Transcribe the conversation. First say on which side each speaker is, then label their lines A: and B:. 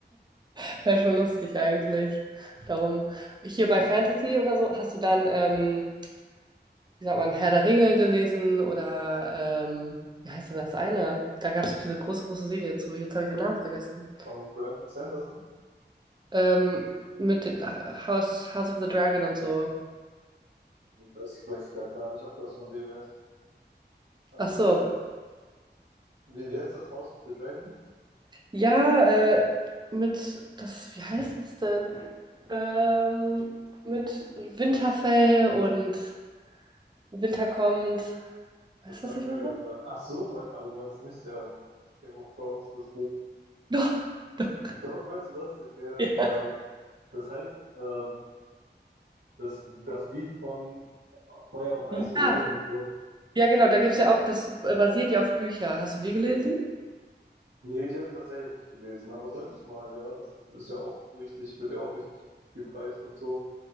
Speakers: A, on the right; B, on the right.
A: <laughs> wär schon lustig eigentlich. Darum, hier bei Fantasy oder so, hast du dann, ähm, wie sagt man, Herr der Ringe gelesen oder ähm, wie heißt denn das eine? Da gab es doch diese große, große Serie zu. Jetzt habe ich den Namen vergessen.
B: Von Brandon Sanderson.
A: Ähm, mit dem House, House of the Dragon und so.
B: Weiß ich, weiß ich gerade gar nicht, ob das von dem ist. Also,
A: Ach so,
B: äh, wie, wie heißt das House of the Dragon?
A: Ja, äh, mit, das, wie heißt es denn? Ähm, mit Winterfell und Winter kommt. Weißt
B: Das sagt
A: du, was ich
B: mir
A: meine?
B: irgendwas.
A: <laughs>
B: Ach so, mein, aber du meinst nicht ähm, Game of Thrones, das Buch.
A: Doch, doch.
B: Doch, meinst du das? Okay.
A: Ja.
B: Ähm, das heißt, ähm, das, das Lied von Feuer und Eis
A: Ja,
B: oder irgendwie so.
A: ja, genau, da gibt es ja auch, das äh, basiert ja auf Bücher. Hast du die gelesen?
B: Nee, die habe ich tatsächlich nicht gelesen, aber sollte ich mal, ja, das ist ja auch richtig, wird ja auch richtig gepreist und so.